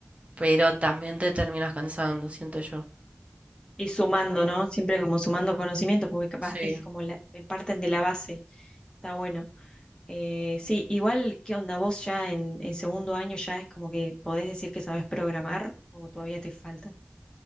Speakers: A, on the right; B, on the left.
A: pero también te terminas cansando, siento yo.
B: Y sumando, ¿no? Siempre como sumando conocimiento, porque capaz
A: Sí.
B: es como la, me parten de la base. Está bueno. Eh, sí, igual, ¿qué onda? ¿Vos ya en, en segundo año ya es como que podés decir que sabés programar o todavía te faltan